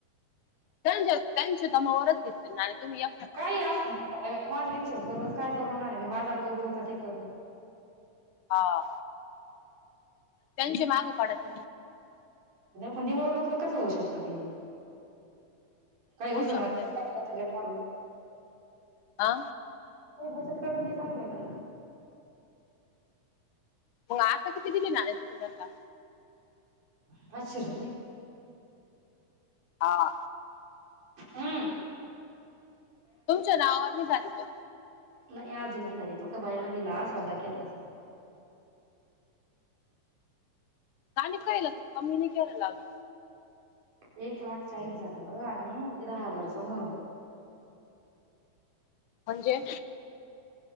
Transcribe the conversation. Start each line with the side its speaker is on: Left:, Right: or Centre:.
Left: त्यांच्या त्यांच्या दमावरच घेतली नाणी तुम्ही या
Right: काही असं माझ्या तीनशे रुपये रोज काय परवडणार आहे मी बाजार करू का ते करू
Left: हा त्यांची माग पाडत
Right: पण दिवळ लोक तर कसं होऊ शकत ते काही
Left: होऊ
Right: उस <unintelligible>
Left: शकतय ना
Right: <inaudible>
Left: आ
Right: काय बचत करल ती काढावं लागल
Left: मग आता किती दिले ना <unintelligible>
Right: पाचशे रुपये
Left: हा
Right: हम
Left: तुमच्या नावाची झाली का
Right: नाही आजून नाही झाली फक्त भैयानं दिला सौदा केला
Left: नाहीणी काळलं त कमी नाही केर <unintelligible>
Right: एक लाख चाळीस झालंत आणि ते दहा हजार समोरून
Left: म्हणजे